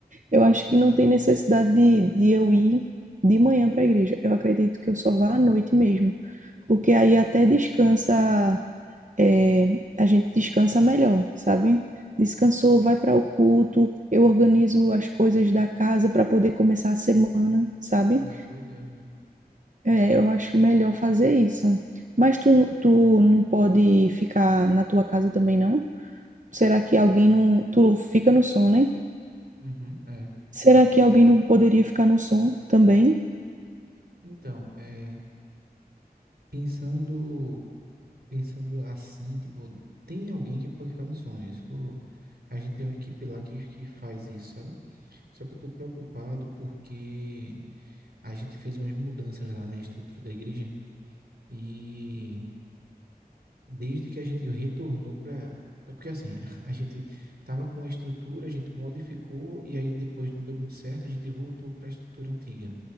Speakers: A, on the right; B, on the right.
A: Eu acho que não tem necessidade de, de eu ir de manhã para a igreja. Eu acredito que eu só vá à noite mesmo, porque aí até descansa é, a gente descansa melhor, sabe? Descansou, vai para o culto, eu organizo as coisas da casa para poder começar a semana, sabe?
B: É boa ideia mesmo.
A: É, eu acho melhor fazer isso. Mas tu, tu não pode ficar na tua casa também, não? Será que alguém não. Tu fica no som, né?
B: Uhum. É.
A: Será que alguém não poderia ficar no som também?
B: Então, é, pensando, pensando assim, tipo, tem alguém que pode ficar no sonho. Isso, a gente tem uma equipe lá que, que faz isso, sabe? Só que eu tô preocupado porque a gente fez umas mudanças lá na estrutura da igreja e desde que a gente retornou para porque assim, <laughs> a gente tava com a estrutura, a gente modificou e aí depois não deu muito certo, a gente voltou para a estrutura antiga.